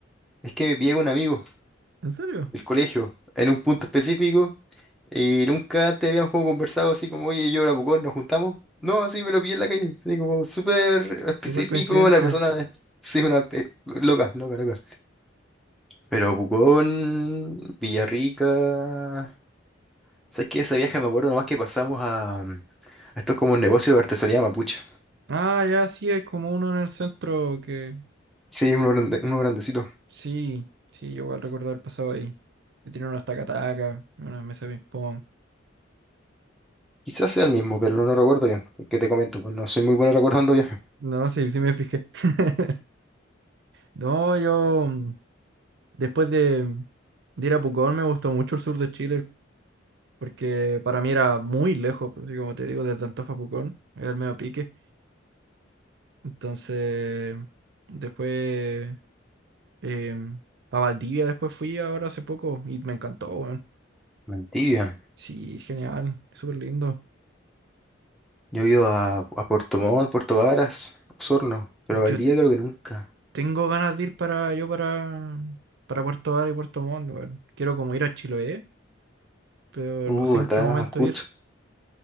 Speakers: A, in the centre; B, on the right (about 60°).
A: es que me pillé con un amigo
B: ¿En serio?
A: del colegio, en un punto específico, y nunca antes habíamos como conversado así como, oye, yo era Pucón, nos juntamos. No, así me lo pillé en la calle, así como súper específico,
B: Super coincidencia.
A: la persona, sí, una pe- loca, loca, loca. Pero Pucón, Villarrica, ¿sabes qué? Ese viaje me acuerdo nomás que pasamos a, a estos como negocios de artesanía mapuche.
B: Ah, ya sí, hay como uno en el centro que...
A: Sí, uno, grande- uno grandecito.
B: Sí, sí, yo igual recuerdo haber pasado ahí. Que tiene unos taca-taca, unas mesas de ping-pong.
A: Quizás sea el mismo, pero no lo recuerdo bien, porque te comento, pues no soy muy bueno recordando viajes.
B: No, sí, sí me fijé. <laughs> No, yo mm, después de, de ir a Pucón me gustó mucho el sur de Chile porque para mí era muy lejos, pues, así como te digo, desde Antofa a Pucón, era el medio pique. Entonces, después em, a Valdivia después fui ahora hace poco y me encantó, weón.
A: Mentira.
B: Sí, genial, súper lindo.
A: Yo he ido a, a Puerto Montt, Puerto Varas, Osorno, pero a Valdivia
B: Yo t-
A: creo que nunca.
B: tengo ganas de ir para yo para, para Puerto Vara y Puerto Montt, weón. Quiero como ir a Chiloé pero
A: Uh,
B: no sé
A: ¿verdad?
B: en qué momento
A: Ancud,
B: ir.